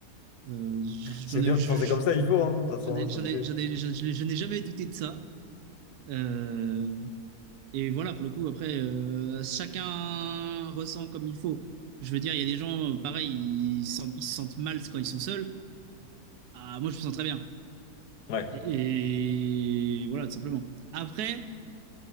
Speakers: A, on the right; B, on the left.
A: Euh, je-
B: C'est
A: j'en
B: bien
A: ai, je-
B: de penser
A: je-
B: comme ça, il faut, hein, de toute façon,
A: j'en ai,
B: hein, c'est
A: j'en
B: obligé.
A: ai, j'en ai- j'en ai- je n'ai je n'ai jamais douté de ça. Euh, et voilà, pour le coup, après, euh, chacun ressent comme il faut. Je veux dire, il y a des gens, pareil, ils se sentent, ils se sentent mal quand ils sont seuls. Ah, moi, je me sens très bien.
B: Ouais,
A: Et, et voilà, tout simplement. Après,